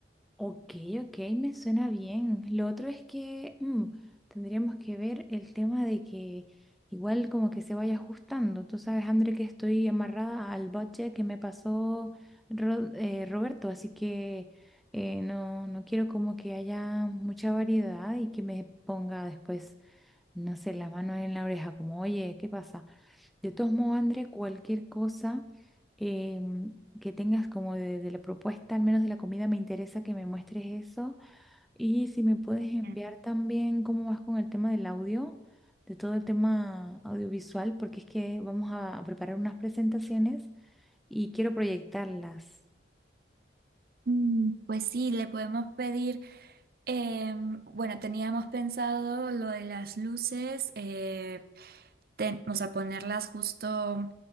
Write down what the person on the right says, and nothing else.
<laughs>
Mm,
Mm, Pues sí, le podemos pedir. Em, bueno, teníamos pensado lo de las luces, eh, ten- o sea, ponerlas justo